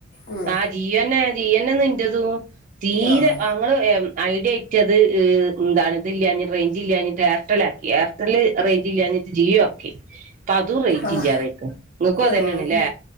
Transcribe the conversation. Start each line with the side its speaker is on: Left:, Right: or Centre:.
Left: ഉം
Right: ആ ജിയോതന്നെയാ ജിയോ നിന്റെതും തീരെ
Left: ആഹ്
Right: അങ്ങള് ഐഡിയ എടുത്തത് ഏ എന്താണ ഇല്ലാഞ്ഞ റേഞ്ച് ഇല്ലാഞ്ഞിട്ട് എയർടെൽ ആക്കി എയർടെല് റേഞ്ച ഇല്ലാഞ്ഞിട്ട് ജിയോ ആക്കി അപ്പ അതും റേഞ്ച്
Left: ആഹ്
Right: ഇല്ലാതെയാക്കണ് നിങ്ങൾക്കും അത്
Left: ആഹ്
Right: തന്നെയാണ്ല്ലേ